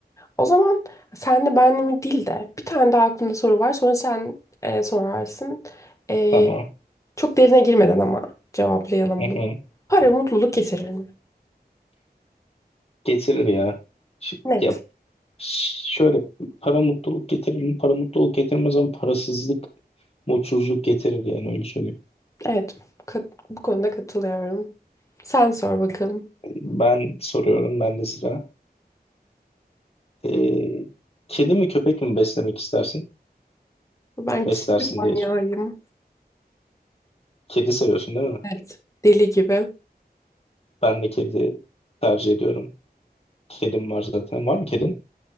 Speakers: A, on the left; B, on the left.
A: O zaman senle benle mi değil de bir tane daha aklımda soru var. Sonra sen e, sorarsın. E,
B: Tamam.
A: çok derine girmeden ama cevaplayalım
B: Hı
A: bunu.
B: hı.
A: Para mutluluk getirir mi?
B: Getirir ya. Şu-
A: Net.
B: ya ş- şöyle para mutluluk getirir mi? Para mutluluk getirmez ama parasızlık Mutsuzluk getirir yani öyle söyleyeyim.
A: Evet. Kat- bu konuda katılıyorum. Sen sor bakalım.
B: Ben soruyorum, ben de sıra. Ee, kedi mi köpek mi beslemek istersin?
A: Ben
B: Beslersin
A: kedi manyağıyım.
B: diye. sor- Kedi seviyorsun değil mi?
A: Evet. Deli gibi.
B: Ben de kedi tercih ediyorum. Kedim var zaten. Var mı kedin?